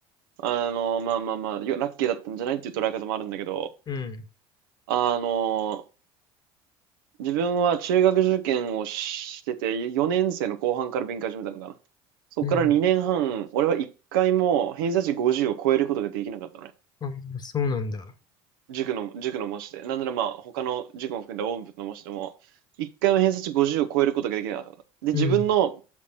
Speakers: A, on the right; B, on the left.
A: あの、まあまあまあ、よラッキーだったんじゃないっていう捉え方もあるんだけど、
B: うん、
A: あの、自分は中学受験をしてて、4年生の後半から勉強始めたのかな。そこから2年半、
B: うん。
A: 俺は1回も偏差値50を超えることができなかったのね。
B: あ、そうなんだ。
A: 塾の、塾の模試で。なんならまあ、他の塾も含んだ大部の模試でも、1回も偏差値50を超えることができなかった。で、
B: うん、
A: 自分の